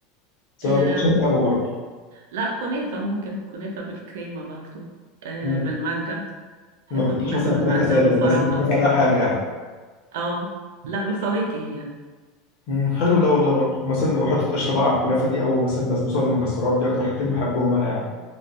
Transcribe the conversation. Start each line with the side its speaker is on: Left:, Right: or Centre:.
Left: سواء
Right: آه
Left: بقى شرق او غرب
Right: لا كنافة ممكن كنافة بالكريمة برضو آه
Left: مم.
Right: بالمانجا بحب
Left: ما بتاكليش
Right: الكنافة
Left: مثلا
Right: بالمانجا
Left: كنافه ساده
Right: بالفراولة
Left: لازم الكنافه عليها حاجه يعني
Right: اه لا بالفواكه يعني
Left: مم. حلو ده والله برضو مثلا لو حطيت قشطه بقى على الكنافه دي او مثلا بسبوسه والمكسرات دي اكتر حاجتين بحبهم انا يعني